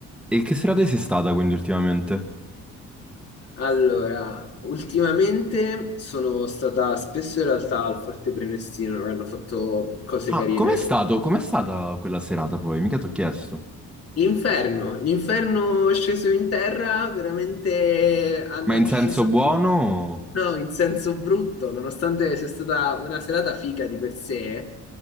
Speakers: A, in the centre; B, on the left.
A: E che serata sei stata quindi ultimamente?
B: Allora, ultimamente sono stata spesso in realtà al Forte Prenestino, che hanno fatto cose
A: Ah,
B: carine.
A: com'è stato? Com'è stata quella serata poi? Mica t'ho chiesto.
B: L'inferno, l'inferno è sceso in terra, veramente hanno
A: Ma in
B: deciso
A: senso buono?
B: di...
A: o-
B: No, in senso brutto, nonostante sia stata una serata figa di per sé,